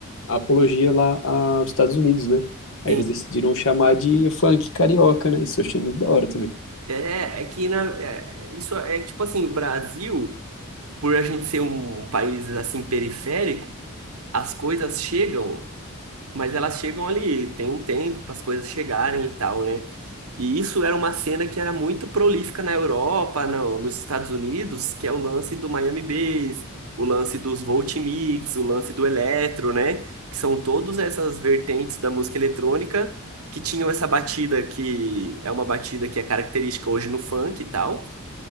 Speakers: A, on the left; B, on the right.
A: apologia lá aos Estados Unidos, né? Aí
B: Sim.
A: eles decidiram chamar de funk carioca, né? Isso eu achei muito da hora também.
B: É, é que na, é, isso é que, tipo assim, o Brasil, por a gente ser um país assim periférico, as coisas chegam, mas elas chegam ali, tem um tempo para as coisas chegarem e tal, né? E isso era uma cena que era muito prolífica na Europa, no- nos Estados Unidos, que é o lance do Miami Bass, o lance dos Voltimix, o lance do eletro, né? Que são todas essas vertentes da música eletrônica que tinham essa batida que é uma batida que é característica hoje no funk e tal.